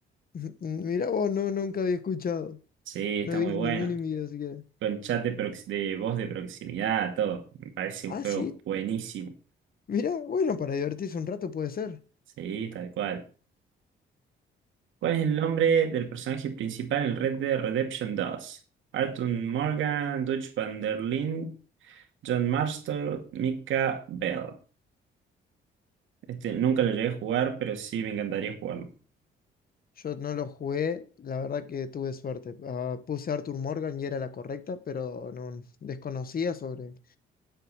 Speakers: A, on the left (about 50°); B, on the right (about 75°).
A: <laughs> Mirá vos, no, nunca había escuchado.
B: Sí, está
A: No he visto
B: muy bueno.
A: ningún video siquiera.
B: con chat de, prox- de voz de proximidad, todo. Me parece un
A: Ah,
B: juego
A: sí.
B: buenísimo.
A: Mirá, bueno, para divertirse un rato puede ser.
B: Sí, tal cual. ¿Cuál es el nombre del personaje principal en Red Dead Redemption dos Arthur Morgan, Dutch van der Linde, John Marston, Mika Bell. Este nunca lo llegué a jugar, pero sí me encantaría jugarlo.
A: Yo no lo jugué, la verdad que tuve suerte. Ah, puse Arthur Morgan y era la correcta, pero no desconocía sobre,